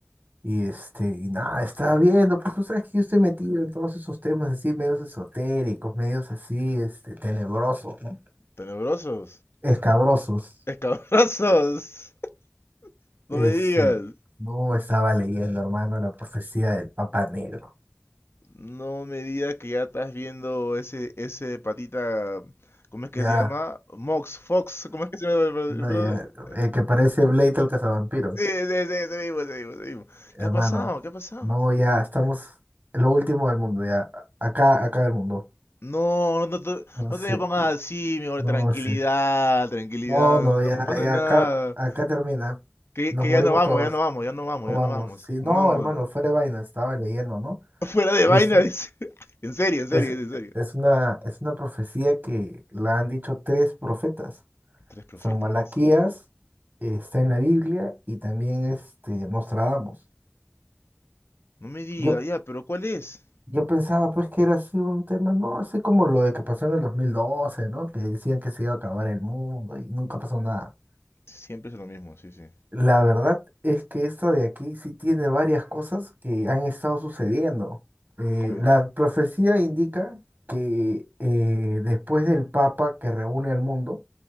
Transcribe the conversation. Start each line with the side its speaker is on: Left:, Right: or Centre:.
Right: Y este, y nada, estaba viendo, pues tú sabes que yo estoy metido en todos esos temas así, medios esotéricos, medios así, este, tenebrosos, ¿no?
Left: Tenebrosos.
Right: Escabrosos.
Left: Escabrosos. <laughs> No
Right: Este,
Left: me digas.
Right: no estaba leyendo, hermano, la profecía del Papa Negro.
Left: No me digas que ya estás viendo ese, ese patita. ¿Cómo es que
Right: Ya,
Left: se llama? Mox, Fox. ¿Cómo es que se llama el bro-
Right: no,
Left: el brother?
Right: ya, el que parece Blade el cazavampiros.
Left: Sí, sí, sí, ese mismo, ese mismo, ese mismo.
Right: hermano,
Left: ¿Qué ha pasado? ¿Qué ha pasado?
Right: no, ya estamos en lo último del mundo, ya. Acá, acá el mundo.
Left: No, no te,
Right: No
Left: no
Right: sé,
Left: te me pongas así, mi amor,
Right: no
Left: tranquilidad,
Right: sé.
Left: tranquilidad,
Right: No, no,
Left: no, no
Right: ya,
Left: me pasa
Right: ya,
Left: nada.
Right: acá, acá termina.
Left: Que,
Right: Nos
Left: que
Right: morimos
Left: ya no vamos,
Right: todos.
Left: ya no vamos, ya no vamos,
Right: No
Left: ya
Right: vamos.
Left: no vamos,
Right: si no,
Left: no vamos.
Right: hermano, fuera de vaina, estaba leyendo, ¿no?
Left: <laughs> Fuera de
Right: Es,
Left: vaina, dice. <laughs> En serio, en serio,
Right: es,
Left: en serio.
Right: es una, es una profecía que la han dicho tres profetas.
Left: Tres profetas.
Right: San Malaquías, eh, está en la Biblia y también este, Nostradamus.
Left: No me diga,
Right: Yo,
Left: ya, pero ¿cuál es?
Right: Yo pensaba pues que era así un tema, ¿no? Así como lo de que pasó en el dos mil doce ¿no? Que decían que se iba a acabar el mundo y nunca pasó nada.
Left: Siempre es lo mismo, sí, sí.
Right: La verdad es que esta de aquí sí tiene varias cosas que han estado sucediendo. Eh,
Left: ¿Cómo
Right: la
Left: que?
Right: profecía indica que eh, después del Papa que reúne al mundo,